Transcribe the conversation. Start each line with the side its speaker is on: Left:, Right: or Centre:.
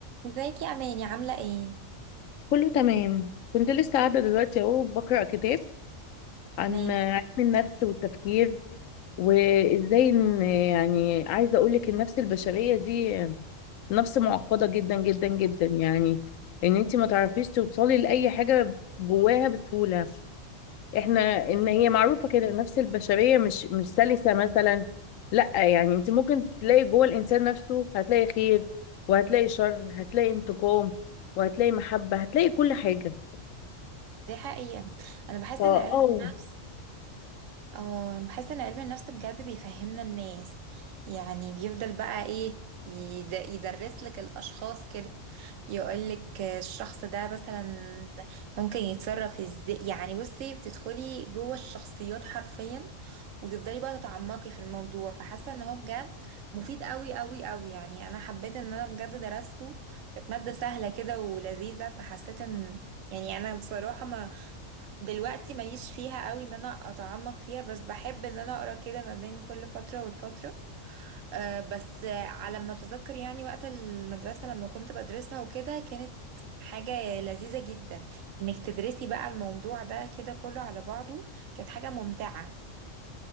Right: ازيك يا اماني عامله ايه
Left: كله تمام كنت لسه قاعدة دلوقتي اهو بقرأ كتاب عن
Right: تمام
Left: علم النفس والتفكير وازاي ان يعني عايزة اقولك النفس البشرية دي نفس معقدة جدا جدا جدا يعني ان انتي ما تعرفيش توصلي لأي حاجة جواها بسهولة احنا ان هي معروفة كده النفس البشرية مش مش سلسة مثلا لا يعني انت ممكن تلاقي جوه الانسان نفسه هتلاقي خير وهتلاقي شر هتلاقي انتقام وهتلاقي محبة هتلاقي كل حاجة
Right: دي حقيقه انا بحس
Left: اه
Right: ان علم
Left: آه،
Right: الحمد النفس اه انا بحس ان علم النفس بجد بيفهمنا الناس يعني بيفضل بقى ايه يد- يدرس لك الاشخاص كده يقول لك الشخص ده مثلا ممكن يتصرف ازاي يعني بصي بتدخلي جوه الشخصيات حرفيا وتفضلي بقى تتعمقي في الموضوع فحاسه ان هو بجد مفيد قوي قوي قوي يعني انا حبيت ان انا بجد درسته كانت ماده سهله كده ولذيذه فحسيت ان يعني انا بصراحه ما دلوقتي ماليش فيها قوي ان انا اتعمق فيها بس بحب ان انا اقرا كده ما بين كل فتره والفتره أه بس آه، على ما اتذكر يعني وقت المدرسه لما كنت بدرسها وكده كانت حاجه لذيذه جدا انك تدرسي بقى الموضوع ده كده كله على بعضه كانت حاجه ممتعه